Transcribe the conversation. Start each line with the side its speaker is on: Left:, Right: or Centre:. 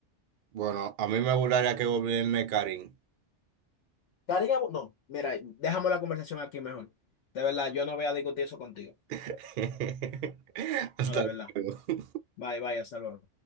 Right: Bueno, a mí me gustaría que gobierne Karim.
Left: Karina, Bo- no, mira, dejamos la conversación aquí mejor. De verdad, yo no voy a discutir eso contigo.
Right: <laughs> Hasta
Left: No, de verdad.
Right: luego.
Left: Bye, bye, hasta luego.